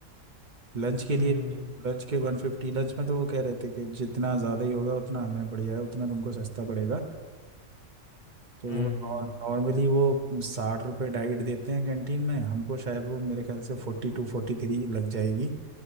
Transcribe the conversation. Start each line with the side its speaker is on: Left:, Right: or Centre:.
Right: लंच के
Left: हम्म
Right: लिए भी लंच के वन फिफ्टी लंच में तो वो कह रहे थे कि जितना ज़्यादा ही होगा उतना हमें बढ़िया है उतना तुमको सस्ता पड़ेगा तो
Left: हम्म हम्म,
Right: नॉर्मली वो साठ रुपये डाइट देते हैं कैंटीन में हमको शायद वो मेरे ख्याल से फोर्टी टू फोर्टी थ्री लग जाएगी